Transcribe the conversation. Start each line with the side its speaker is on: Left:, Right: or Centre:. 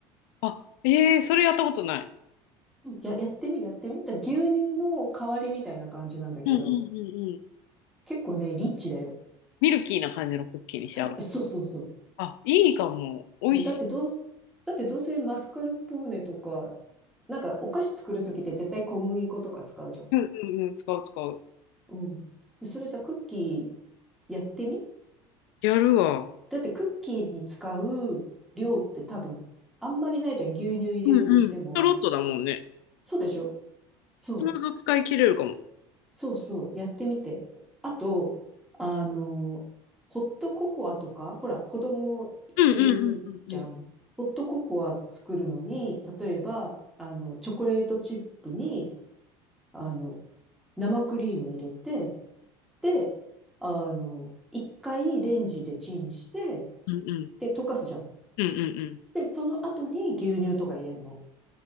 Left: あ、ええーそれやったことない。
Centre: や、やってみ、やってみ。だ牛乳の代わりみたいな感じなんだけど、
Left: うんうんうんうん。
Centre: 結構ね、リッチだよ。
Left: ミルキーな感じのクッキーに仕上がる。
Centre: <laughs> そうそうそ
Left: あ、いいかも。美味しい。
Centre: う。だってどうす、だってどうせマスカルポーネとか、なんかお菓子作るときって絶対小麦粉とか使うじゃん。
Left: うんうんうん。使う使う。
Centre: うん。で、それさ、クッキーやってみ
Left: やるわ。
Centre: だってクッキーに使う量って多分、あんまりないじゃん。牛乳入れるにしても。
Left: うんうん。ちょろっとだもんね。
Centre: そうでしょそう。
Left: ちょうど使い切れるかも。
Centre: そうそう、やってみて。あと、あの、ホットココアとか、ほら、子供いるじゃん。
Left: うんうんうんうんうん。
Centre: ホットココア作るのに、例えば、あの、チョコレートチップに、あの、生クリーム入れて、で、あの、一回レンジでチンして、
Left: うんうん。
Centre: で、溶かすじゃん。
Left: うんうんうん。
Centre: で、その後に牛乳とか入れるの。